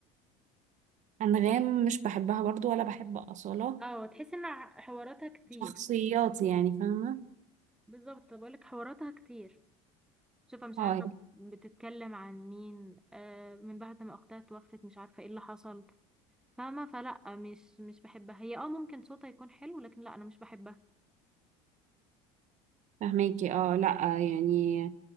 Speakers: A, on the right; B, in the centre.
A: انغام مش بحبها برضو ولا بحب اصالة
B: اه تحس ان ع- حواراتها كتير
A: شخصيات يعني فاهمة
B: بالظبط بقول لك حواراتها كتير شوفة مش
A: اه
B: عارفة
A: يعني
B: بتتكلم عن مين آه من بعد ما أختها توفت مش عارفة ايه اللي حصل فاهمة فلا مش مش بحبها هي اه ممكن صوتها يكون حلو لكن لا أنا مش بحبها
A: فاهماكي اه لا يعني